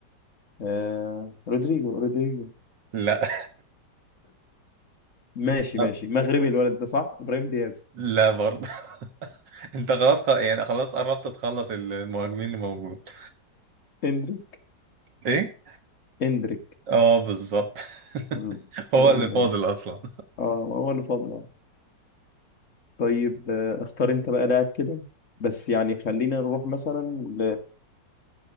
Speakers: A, on the left; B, on the right.
A: آه رودريجو رودريجو
B: لا
A: ماشي
B: <laughs>
A: ماشي مغربي الولد ده صح إبراهيم دياز
B: لا برضه <laughs> انت خلاص خ... يعني خلاص قربت تخلص المهاجمين اللي موجود
A: اندريك
B: ايه
A: اندريك
B: اه بالظبط <laughs>
A: مم.
B: هو
A: آه
B: اللي
A: ماشي
B: فاضل اصلا
A: اه هو اللي فاضل آه. طيب آه اختار انت بقى لاعب كده بس يعني خلينا نروح مثلا